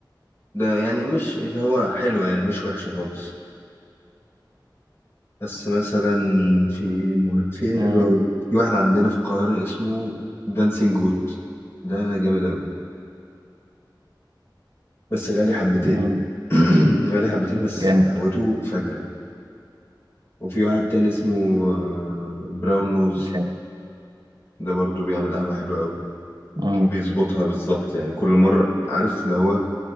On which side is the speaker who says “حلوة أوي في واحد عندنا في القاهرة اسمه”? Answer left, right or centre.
Left